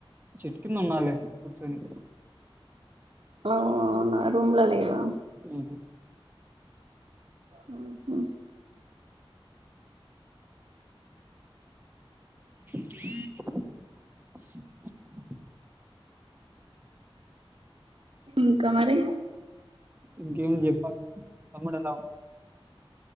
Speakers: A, on the right; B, on the right.
A: చెట్టుకింద ఉన్నాలే కుచ్చొని
B: అవునా రూమ్లో లేవా
A: ఉహూ
B: మ్మ్ హ్మ్
A: అ
B: ఇంకా మరి
A: ఇంకేం చెప్ తమ్ముడు ఉందా